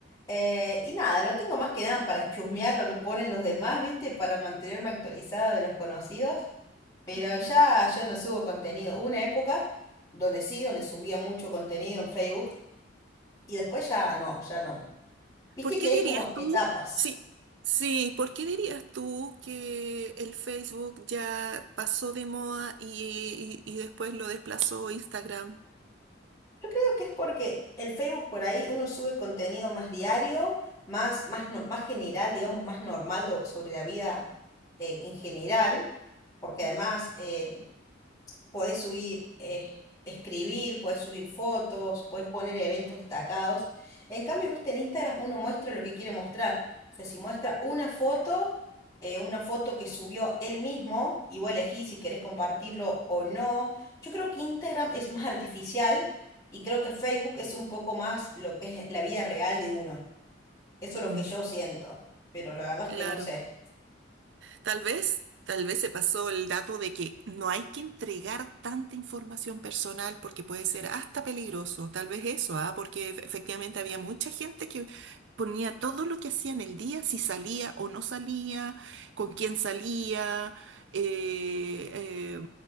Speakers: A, on the left; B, on the right.
A: Eh, y nada, lo tengo más que nada para chusmear lo que ponen los demás, ¿viste? Para mantenerme actualizada de los conocidos. Pero
B: Ujú.
A: ya yo no subo contenido. Hubo una época donde sí, donde subía mucho contenido en Facebook y después ya no, ya no. Viste
B: ¿Por qué
A: que
B: dirías
A: es como
B: tú?
A: etapas.
B: Sí, sí, ¿por qué dirías tú que el Facebook ya pasó de moda y, y- y después lo desplazó Instagram?
A: Yo creo que es porque el Facebook por ahí uno sube contenido más diario, más, más, no- más general, digamos, más normal do- sobre la vida eh, en general, porque además
B: Mm.
A: eh, Podés subir, eh, escribir, podés subir fotos, podés poner eventos destacados. En cambio, viste, en Instagram uno muestra lo que quiere mostrar. O sea, si muestra una foto, eh, una foto que subió él mismo, y vos elegís si querés compartirlo o no. Yo creo que Instagram es más artificial y creo que Facebook es un poco más lo que es la vida real de uno. Eso es lo
B: Mm,
A: que yo siento. Pero la verdad es
B: claro.
A: que no sé.
B: Tal vez, tal vez se pasó el dato de que no hay que entregar tanta información personal porque puede ser hasta peligroso, tal vez eso, ¿ah? Porque ef- efectivamente había mucha gente que ponía todo lo que hacía en el día, si salía o no salía, con quién salía, eh, eh,